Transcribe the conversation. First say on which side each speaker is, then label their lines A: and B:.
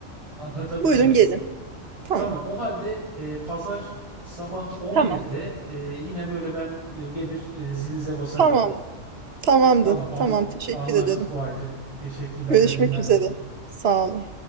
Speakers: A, on the right (about 25°); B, on the right (about 55°).
A: Ha, tabii
B: Buyurun
A: tabii.
B: gelin. Tamam.
A: Tamam. O halde e, pazar sabah 11'de
B: Tamam.
A: e, yine böyle ben e, gelir e, zilinize basarım.
B: Tamam. Tamamdır.
A: Tamam, an-
B: Tamam. Teşekkür
A: anlaştık
B: ederim.
A: o halde. Teşekkürler,
B: Görüşmek
A: iyi günler.
B: üzere. Sağ olun.